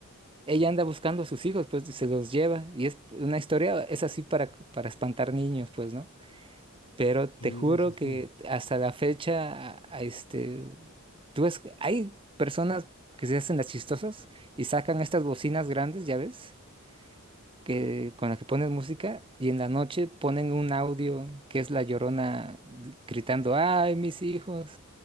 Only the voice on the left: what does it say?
Sí,
sí, sí.